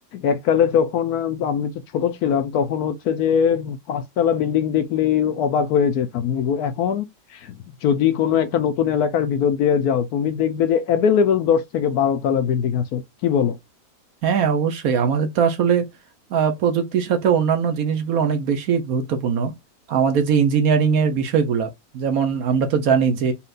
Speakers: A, on the left; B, on the right.
A: এককালে যখন আহ, আমি তো ছোট ছিলাম তখন হচ্ছে যে পাঁচতলা বিল্ডিং দেখলেই অবাক হয়ে যেতাম এগু- এখন যদি কোনো একটা নতুন এলাকার ভিতর দিয়ে যাও তুমি দেখবে যে অ্যাভেলেবেল দশ থেকে বারো তলা বিল্ডিং আছে কি বলো
B: হ্যাঁ অবশ্যই আমাদের তো আসলে আহ, প্রযুক্তির সাথে অন্যান্য জিনিসগুলো অনেক বেশি গুরুত্বপূর্ণ আমাদের যে ইঞ্জিনিয়ারিং এর বিষয়গুলো যেমন আমরা তো জানি যে